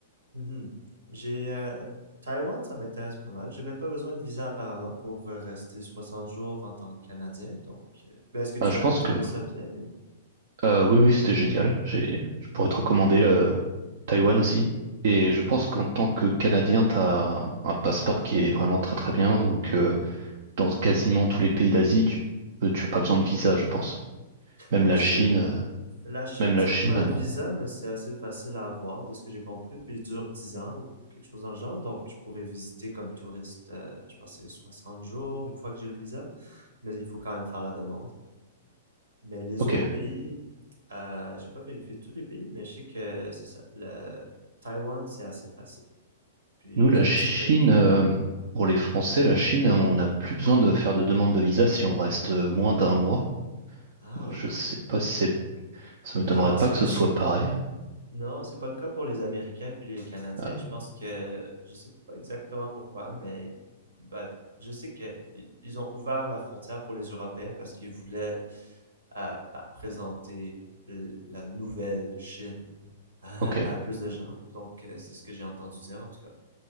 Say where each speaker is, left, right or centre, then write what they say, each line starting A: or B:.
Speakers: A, on the right; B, on the right.
A: Mhm. J'ai... euh, Taïwan, ça m'intéresse pas mal. J'ai même pas besoin de visa apparemment pour euh, rester 60 jours en tant que Canadien. Donc, euh, ben, est-ce que tu
B: Ah, je
A: avais
B: pense
A: trouvé
B: que
A: ça bien ou...
B: euh, oui, oui, c'était génial. J'ai, je pourrais te recommander le Taïwan aussi. Et
A: Mhm.
B: je pense qu'en tant que Canadien, t'as un un passeport qui est vraiment très très bien. Donc euh, dans quasiment tous les pays d'Asie, tu, euh, tu as pas besoin de visa, je pense. Même
A: La
B: la
A: Chine,
B: Chine. euh,
A: la Chine,
B: Même la
A: ça
B: Chine
A: prend un
B: maintenant.
A: visa, mais c'est assez facile à avoir, de ce que j'ai compris. Puis il dure 10 ans ou quelque chose dans le genre. Donc, je pourrais visiter comme touriste, euh, je pense, que c'est 60 jours une fois que j'ai le visa. Mais il faut quand même faire la demande. Mais les
B: Ok.
A: autres pays, euh, j'ai pas vérifié tous les pays, mais je sais que c'est ça. Le Taïwan, c'est assez facile. Puis
B: Nous, la
A: je pensais
B: Chine,
A: peut-être.
B: euh,
A: ouais.
B: pour les Français, la Chine, on n'a plus besoin de faire de demande de visa si on reste euh, moins d'un mois.
A: Ah
B: Donc
A: oui.
B: je sais pas si c'est... Ça
A: Non,
B: m'étonnerait pas
A: c'est.
B: que ce
A: c'est-
B: soit pareil.
A: Non, c'est pas le cas pour les Américains puis les Canadiens.
B: Ah ouais.
A: Je pense que je sais pas exactement pourquoi, mais ben, je sais que i- ils ont ouvert la frontière pour les Européens parce qu'ils voulaient euh, ben, présenter euh, la nouvelle Chine à,
B: Ok,
A: à plus de gens. Donc euh, c'est ce que j'ai entendu dire en tout cas.